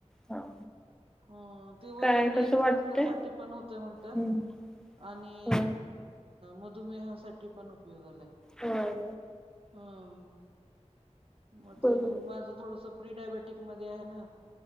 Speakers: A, in the centre; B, on the right.
A: हा
B: हां ते वजन
A: काय कसं
B: नियंत्रणासाठी
A: वाटतंय
B: पण होतंय म्हणतात.
A: हम्म
B: आणि
A: होय
B: मधुमेहासाठी पण उपयोगाला हाय.
A: हा ना.
B: हां. मग
A: बरोबर
B: ते माझं थोडस प्री डायबेटिक मध्ये आहे ना.